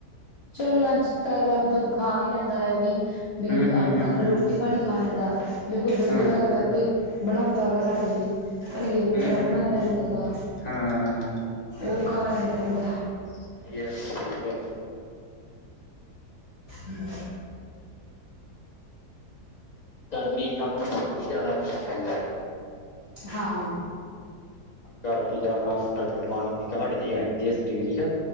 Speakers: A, on the left (about 40°); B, on the left (about 25°).
A: ਚਲੋ ਲੰਚ ਤਾਂ ਅਗਲਾ ਮਤਲਬ ਖਾ ਹੀ ਲੈਂਦਾ ਹੈ ਵੀ ਬ
B: ਹੂੰ-ਹੂੰ-ਹੂੰ-ਹੂੰ,
A: ਅਗਲਾ ਰੋਟੀ ਰੋਟੀ ਪਾਣੀ ਖਾ ਲੈਂਦਾ ਜੋ ਕੋਈ ਵਧੀਆ
B: ਹਾਂ,
A: ਅਗਲਾ ਕੋਈ ਬਣਾਉਂਦਾ ਹੈਾ ਸਬਜ਼ੀ ਪਨੀਰ ਵਗੈਰਾ
B: ਹੂੰ-ਹੂੰ-ਹੂੰ,
A: ਬਣਾ ਲੈਂਦਾ ਹੈਗਾ
B: ਹਾਂ-ਹਾਂ-ਹਾਂ।
A: ਉਹ ਖਾ ਲੈਂਦਾ ਬੰਦਾ
B: ਸਹੀ ਗੱਲ ਠੀ ਗੱਲ
A: ਹਮ
B: ਗਰਮੀ ਤਾਂ ਆਪਾਂ ਨੂੰ ਪਾਣੀ ਹੀ ਜਿਆਦਾ ਪੀਣਾ ਪੈਂਦਾ ਹੈ
A: ਹਾਂ
B: ਗਰਮੀ ਜ਼ਿਆਦਾ ਹਣ ਤੱਕ ਪਾਣੀ ਦੀ ਘਾਟ ਜਿਹੀ ਆ ਜਾਂਦੀ ਹੈ ਸਰੀਰ ਚ